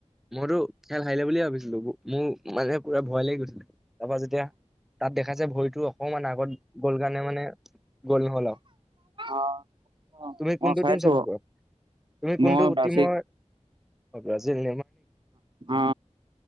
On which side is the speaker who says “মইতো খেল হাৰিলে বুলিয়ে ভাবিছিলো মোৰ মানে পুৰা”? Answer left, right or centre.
Centre